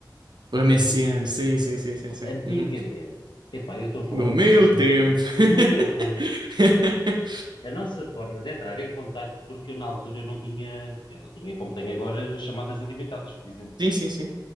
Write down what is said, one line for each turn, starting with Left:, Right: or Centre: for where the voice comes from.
Right: O MSN,
Left: An-
Right: sim, sim, sim, sim, sim.
Left: Antigamente,
Right: Uhum.
Left: epá, eu estou a falar
Right: No
Left: como
Right: meu
Left: se fosse
Right: tempo.
Left: muito velho.
Right: <laughs>
Left: No meu tempo, a nossa forma de entrar em contacto, porque eu na altura eu não tinha, eu não tinha como tenho agora chamadas ilimitadas, por exemplo.
Right: Sim, sim, sim.